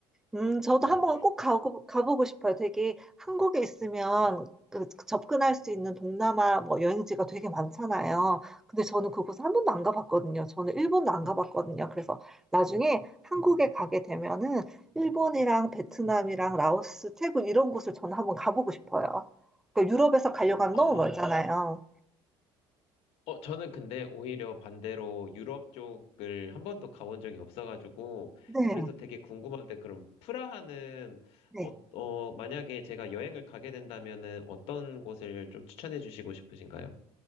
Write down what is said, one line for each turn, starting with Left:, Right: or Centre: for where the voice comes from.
Centre: 음, 저도
Left: 네.
Centre: 한번 꼭 가고, 가보고 싶어요. 되게 한국에 있으면 그 그 접근할 수 있는 동남아 뭐 여행지가 되게 많잖아요. 근데 저는 그곳 한 번도 안 가봤거든요. 저는 일본도 안 가봤거든요. 그래서 나중에 한국에 가게 되면은 일본이랑 베트남이랑 라오스, 태국 이런 곳을 저는 한번 가보고 싶어요. 그러니까 유럽에서 가려고 하면
Left: 아,
Centre: 너무 멀잖아요.
Left: 어, 저는 근데 오히려 반대로 유럽 쪽을 한 번도 가본 적이 없어가지고,
Centre: 네,
Left: 그래서 되게 궁금한데, 그럼 프라하는,
Centre: 네.
Left: 어, 어, 만약에 제가 여행을 가게 된다면은 어떤 곳을 좀 추천해 주시고 싶으신가요?